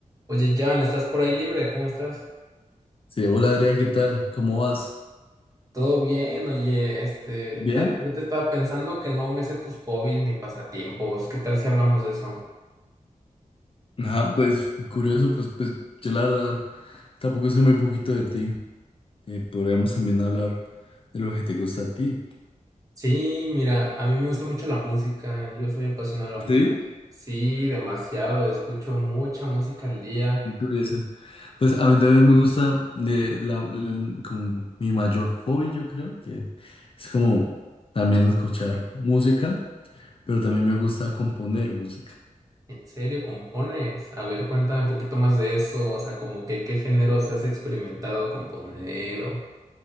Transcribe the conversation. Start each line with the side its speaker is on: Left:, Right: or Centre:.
Right: Oye, Jan, ¿estás por ahí libre? ¿Cómo estás?
Left: Sí, hola Adrián, ¿qué tal? ¿Cómo vas?
Right: Todo bien, oye, este,
Left: Bien,
Right: ah, ahorita estaba pensando que no me sé tus hobbies ni pasatiempos. ¿Qué tal si hablamos de eso?
Left: Ajá, pues curioso, pues, pues yo la verdad tampoco sé muy poquito de ti. Eh, podríamos también hablar de lo que te gusta a ti.
Right: Sí, mira, a mí me gusta mucho la música. Yo soy apasionado de la música.
Left: sí,
Right: Sí, demasiado. Escucho mucha música al día.
Left: Qué curioso. Pues a mí también me gusta de la, el- como mi mayor hobby, yo creo, que es como también escuchar música, pero también me gusta componer música.
Right: ¿En serio compones? A ver, cuéntame un poquito más de eso. O sea, como que qué géneros has experimentado componer o...